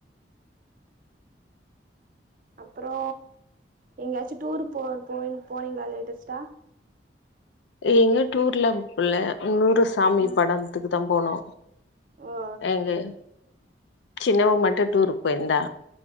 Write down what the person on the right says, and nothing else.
அப்றோ எங்கேயாச்சு டூர் போ போ போனீங்களா லேட்டஸ்டா
ம்
ஓ